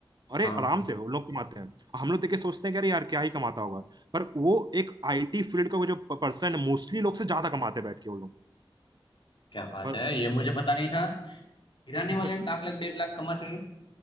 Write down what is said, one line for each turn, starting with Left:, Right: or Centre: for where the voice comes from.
Right: अरे
Left: हाँ
Right: आराम से उन लोग कमाते हैं हम लोग देख के सोचते हैं कि अरे यार क्या ही कमाता होगा पर वो एक आईटी फील्ड का वो जो पर्सन है मोस्टली लोग से ज्यादा कमाते हैं बैठ के वो लोग
Left: क्या बात
Right: पर
Left: है ये मुझे पता नहीं था गिराने
Right: <laughs>
Left: वाले लाख लाख डेढ़ लाख कमाते हैं